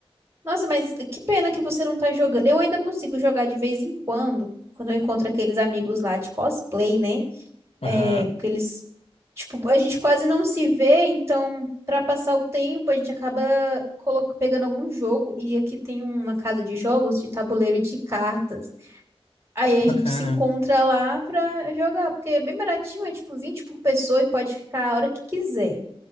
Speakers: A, on the right; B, on the left.
A: Nossa, mas que pena que você não tá jogando. Eu ainda consigo jogar de vez em quando, quando eu encontro aqueles amigos lá de cosplay, né?
B: Aham,
A: É, porque eles Tipo, a gente quase não se vê, então, pra passar o tempo, a gente acaba colo- pegando algum jogo. E aqui tem uma casa de jogos de tabuleiro e de cartas. Aí
B: que bacana,
A: a gente se encontra lá pra jogar, porque é bem baratinho, é tipo 20 por pessoa e pode ficar a hora que quiser.